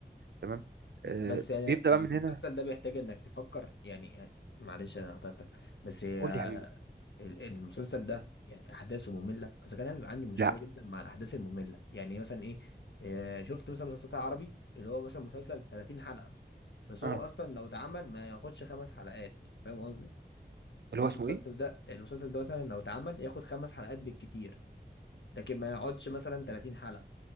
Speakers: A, on the right; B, on the left.
A: تمام أه
B: بس يعني
A: بيبدا
B: المسلسل
A: بقى من هنا
B: ده بيحتاج انك تفكر يعني يعني معلش انا قطعتك بس هي
A: قول لي يا حبيبي
B: ال- المسلسل ده يعني احداثه ممله اذا كان انا بيبقى عندي مشكله
A: لا
B: جدا مع الاحداث الممله يعني مثلا ايه آه، شفت مثلا مسلسلات عربي اللي هو مثلا مسلسل 30 حلقه بس
A: اه
B: هو اصلا لو اتعمل ما ياخدش خمس حلقات فاهم قصدي
A: اللي
B: انت
A: هو اسمه
B: المسلسل
A: ايه
B: ده المسلسل ده مثلا لو اتعمل ياخد خمس حلقات بالكتير لكن ما يقعدش مثلا 30 حلقه